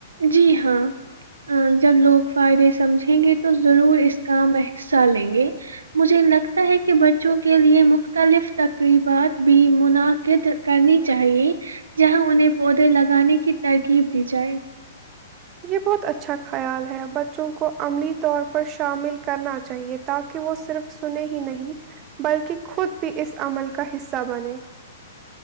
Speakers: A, on the right; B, on the right.
A: جی ہاں جب لوگ فائدے سمجھیں گے تو ضرور اس کا میں حصہ لیں گے مجھے نق ہے کہ بچوں کے لیے مختلف تقریبات بھی منعقد کرنی چاہیے جہاں انہیں پودے لگانے کی ترغیب دی جائے
B: یہ بہت اچھا خیال ہے بچوں کو عملی طور پر شامل کرنا چاہیے تاکہ وہ صرف سنے ہی نہیں، بلکہ خود بھی اس عمل کا حصہ بنے